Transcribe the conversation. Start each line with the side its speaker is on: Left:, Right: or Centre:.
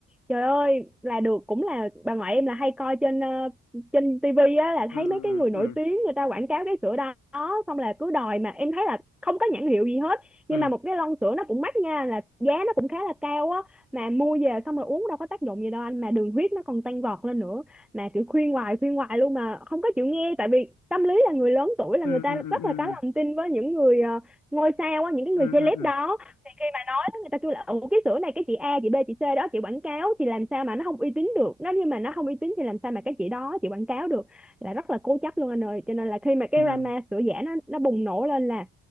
Centre: Trời ơi là được cũng là bà ngoại em là hay coi trên ờ, trên tivi á là
Left: ừ
Centre: thấy
Left: ừ
Centre: mấy cái người
Left: ừ
Centre: nổi tiếng người ta quảng cáo cái sữa đó xong là cứ đòi mà em thấy là không có nhãn hiệu gì hết nhưng
Left: ừ
Centre: mà một cái lon sữa nó cũng mắc nha là giá nó cũng khá là cao á mà mua về xong rồi uống đâu có tác dụng gì đâu anh mà đường huyết nó còn tăng vọt lên nữa mà kiểu khuyên hoài khuyên hoài luôn mà không có chịu nghe tại vì tâm lý là người lớn tuổi là
Left: ừ
Centre: người ta
Left: ừ ừ
Centre: rất
Left: ừ
Centre: là có lòng tin với những người ờ, ngôi sao á những cái
Left: ừ
Centre: người celeb
Left: ừ ừ ừ
Centre: đó đó người ta kêu là ừ cái sữa này cái chị A chị B chị C đó chị quảng cáo thì làm sao mà nó không uy tín được nó nhưng mà nó không uy tín thì làm sao mà cái chị đó chị quảng cáo được là rất là cố chấp luôn anh ơi cho nên là khi mà cái
Left: ừ
Centre: drama sữa giả nó nó bùng nổ lên là